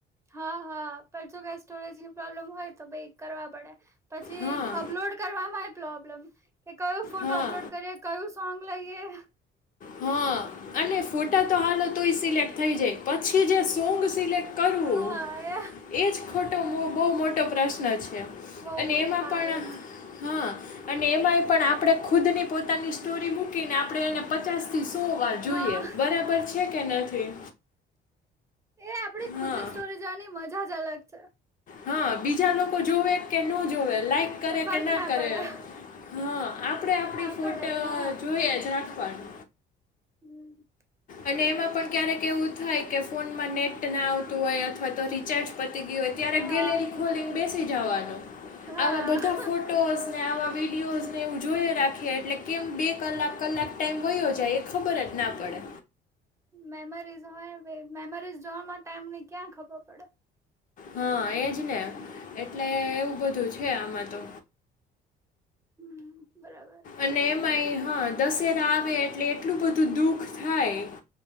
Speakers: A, on the right; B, on the left.
A: હા હા પણ જો કઈ સ્ટોરેજની પ્રોબ્લેમ હોય તો ભાઈ કરવા પડે. પછી
B: હા
A: અપલોડ કરવાવામાં આવે પ્રોબ્લેમ કે કયો ફોટો
B: હા
A: અપલોડ કરીએ કયું સોંગ લઈએ.
B: હા અને ફોટા તો હાલો તોય સિલેક્ટ થઈ જાય પછી જે સોંગ સિલેક્ટ કરું.
A: હા એ
B: એજ ખોટો બહુ મોટો પ્રશ્ન છે
A: બહુ
B: અને
A: મોટા
B: એમાં
A: હા
B: પણ
A: એજ
B: હા અને એમાંય પણ આપણે ખુદ ની પોતાની સ્ટોરી મૂકીને આપણે એને પચાસ થી સો વાર જોઈએ
A: હા
B: બરાબર છે કે નથી.
A: એ આપડી ખુદ
B: હા
A: ની સ્ટોરી જોવાની મજા જ અલગ છે.
B: હા બીજા લોકો જોવે કે ન જોવે લાઈક કરે
A: એ ફર્ક
B: કે ના કરે
A: પડે
B: હા આપડે આપડી
A: આ
B: ફોટ
A: પડે હા
B: જોઈએ જ રાખવાનું.
A: હમ્મ.
B: અને એમાં પણ ક્યારેક એવું થાય કે ફોનમાં નેટ ના આવતું હોય અથવા તો રી ચાર્જ પતી ગયું હોય ત્યારે
A: હા
B: ગેલેરી ખોલીને બેસી જવાનું.
A: હા
B: આવા બધા ફોટોસ ને આવા વિડીયોઝને હું જોઈ રાખીએ એટલે કેમ બે કલાક કલાક ટાઈમ વયો જાય. ખબર જ ના
A: હમ
B: પડે.
A: મેમરીઝ હોય મેમરીઝ જોવા માટે ટમને ક્યાં ખબર પડે.
B: હા એજ ને એટલે એવું બધું છે આમાં તો.
A: હમ બરાબર
B: અને એમાં હા દશેરા આવે એટલે એટલું બધું દુખ થાય